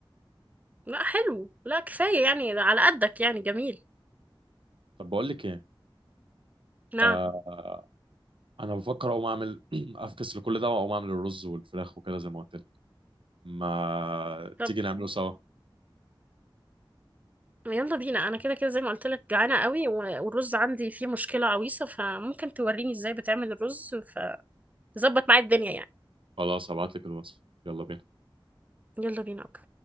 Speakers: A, on the right; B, on the right.
A: لا حلو لا كفاية يعني ده على قدك يعني جميل
B: طب بقول لك إيه
A: نعم
B: آه أنا بفكر أقوم أعمل <clears throat> أفكس لكل ده وأقوم أعمل الرز والفراخ وكده زي ما قلت لك ما
A: طب
B: تيجي نعمله سوا
A: يلا بينا انا كده كده زي ما قلت لك جعانه قوي و- والرز عندي فيه مشكله عويصه فممكن توريني ازاي بتعمل الرز فتظبط معايا الدنيا يعني
B: خلاص هبعت لك الوصف يلا بينا
A: يلا بينا اوكي